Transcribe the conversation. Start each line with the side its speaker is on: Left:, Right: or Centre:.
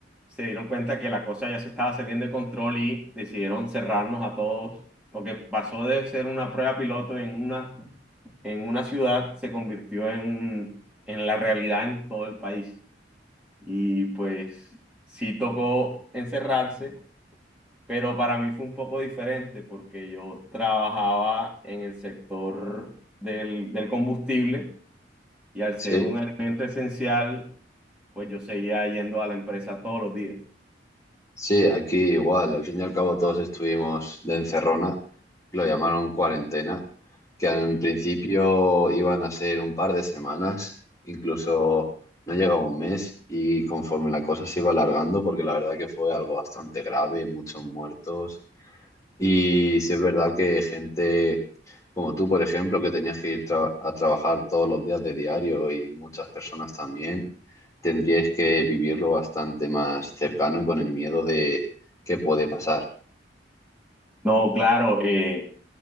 Centre: se dieron cuenta que la cosa ya se estaba saliendo de control y decidieron cerrarnos a todos. Lo que pasó de ser una prueba piloto en una, en una ciudad se convirtió en, un- en la realidad en todo el país. Y pues sí tocó encerrarse, pero para mí fue un poco diferente porque yo trabajaba en el sector del, del combustible. Y al
Left: sí.
Centre: ser un elemento esencial, pues yo seguía yendo a la empresa todos los días.
Left: Sí, aquí igual, al fin y al cabo todos estuvimos de encerrona, lo llamaron cuarentena, que en
Centre: Sí.
Left: principio iban a ser un par de semanas, incluso no llegaba un mes y conforme la cosa se iba alargando, porque la verdad que fue algo bastante grave, muchos muertos, y si es verdad que gente como tú, por ejemplo, que tenías que ir tra- a trabajar todos los días de diario y muchas personas también, tendríais que vivirlo bastante más cercano y con el miedo de qué puede pasar.
Centre: No, claro, eh,